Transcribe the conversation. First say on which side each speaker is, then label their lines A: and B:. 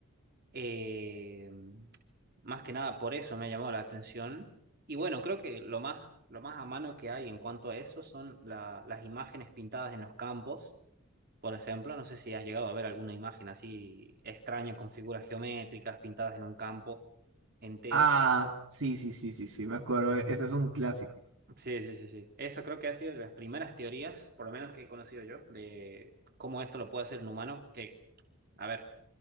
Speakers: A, on the right (about 45°); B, on the right (about 60°).
A: Eh, más que nada por eso me ha llamado la atención. Y bueno, creo que lo más, lo más a mano que hay en cuanto a eso son la- las imágenes pintadas en los campos. Por ejemplo, no sé si has llegado a ver alguna imagen así extraña con figuras geométricas pintadas en un campo entero.
B: Ah, sí, sí, sí, sí, sí, me acuerdo. e-, Ese es un clásico.
A: Sí, sí, sí, sí. Eso creo que ha sido de las primeras teorías, por lo menos que he conocido yo, de cómo esto lo puede hacer un humano, que, a ver,